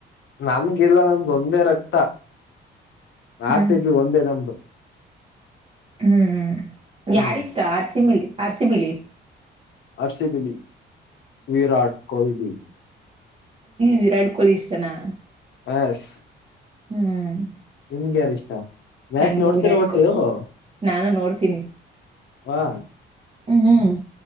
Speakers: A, on the left; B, on the right.
A: ನಮ್ಗೆಲ್ಲ ನಮ್ದು ಒಂದೇ ರಕ್ತ
B: ಹ್ಮ್
A: ಆರ್‌ಸಿಬಿ ಒಂದೇ ನಮ್ದು
B: ಹ್ಮ್ ಯಾರಿಷ್ಟ
A: ಹ್ಮ್
B: ಆರ್‌ಸಿಬಿಲಿ ಆರ್‌ಸಿಬಿಲಿ
A: ಆರ್ಸಿಬಿಲಿ ವರಾಟ್ ಕೊಹ್ಲಿ
B: ವಿರಾಟ್ ಕೊಹ್ಲಿ ಇಷ್ಟನಾ
A: ಎಸ್
B: ಹ್ಮ್
A: ನಿಮ್ಗೆ ಯಾರ ಇಷ್ಟ ಮ್ಯಾಚ್
B: ನನ್ಗೂ
A: ನೋಡ್ತಿರಾ
B: ವಿರಾಟ್
A: ಒಟ್ಟು
B: ಕೊಹ್ಲಿ
A: ನೀವೂ
B: ನಾನು ನೋಡ್ತೀನಿ
A: ವಾ
B: ಹ್ಮ್ ಹ್ಮ್